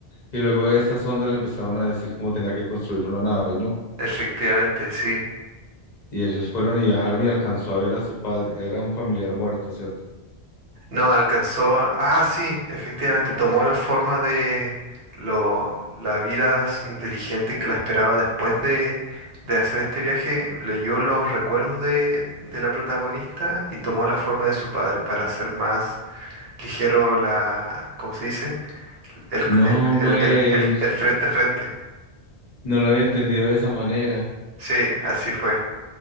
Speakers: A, on the left; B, on the right.
A: y luego estas ondas le empezaron a decir cómo tenía que construir una nave, ¿no?
B: Efectivamente, sí.
A: Y ellos fueron y viajaron y alcanzó a ver a su padre. Era un familiar muerto, ¿cierto?
B: No, alcanzó a... Ah, sí, efectivamente, tomó la forma de lo... la vida s- inteligente que la esperaba después de, de hacer este viaje. Leyó los recuerdos de, de la protagonista y tomó la forma de su padre para hacer más ligero la... ¿Cómo se dice? El,
A: No,
B: el,
A: güey,
B: el, el, el- el Buena. frente a frente.
A: no lo había entendido de esa manera.
B: Sí, así fue,